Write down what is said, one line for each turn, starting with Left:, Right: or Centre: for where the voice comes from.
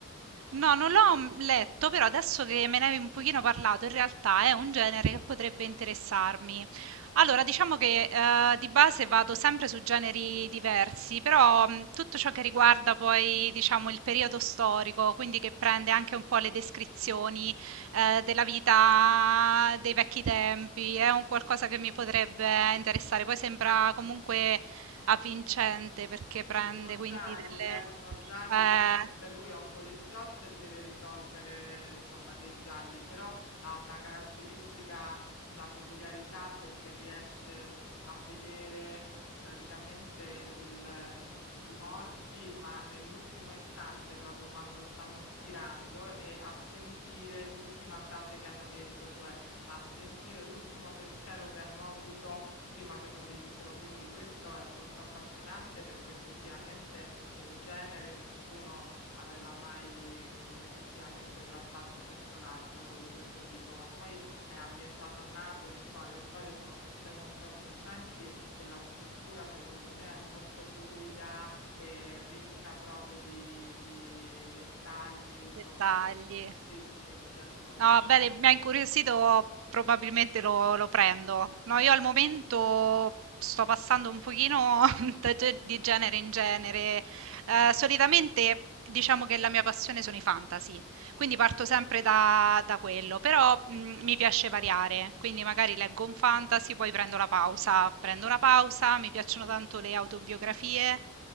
Right: No, non l'ho, mhmm, letto, però adesso che me ne hai un pochino parlato, in realtà è un genere che potrebbe interessarmi. Allora, diciamo che, ehm, di base vado sempre su generi diversi, però, mhmm, tutto ciò che riguarda poi, diciamo, il periodo storico, quindi che prende anche un po' le descrizioni, ehm, della vita dei vecchi tempi, è un qualcosa che mi potrebbe interessare. Poi sembra comunque avvincente perché
Left: Sì,
Right: prende
Left: sono
Right: quindi
Left: gialli,
Right: delle
Left: eh, sono gialli.
Right: eh,
Left: Chiaramente lui è un poliziotto e deve risolvere, insomma, dei gialli, però ha una caratteristica, una peculiarità perché riesce a vedere praticamente il- i morti, ma nell'ultimo istante, proprio quando stanno spirando, e a sentire l'ultima frase che hanno detto, cioè a sentire l'ultimo pensiero che hanno avuto prima che morissero, quindi questo è molto affascinante perché effettivamente nel genere nessuno aveva mai mh, effettivamente trattato un personaggio di questo tipo, ma poi è ambientato a Napoli, insomma le storie sono tutte molto avvincenti e la scrittura secondo me è molto fluida e ricca proprio di, di dettagli, insomma
Right: Dettagli.
Left: mh, sì sì mi piace molto,
Right: No, bene, mi ha incuriosito, probabilmente lo, lo prendo. No, io al momento sto passando un pochino <laughs> da ge- di genere in genere. Eh, solitamente diciamo che la mia passione sono i fantasy, quindi parto sempre da, da quello, però mh, mi piace variare, quindi magari leggo un fantasy, poi prendo la pausa, prendo una pausa, mi piacciono tanto le autobiografie,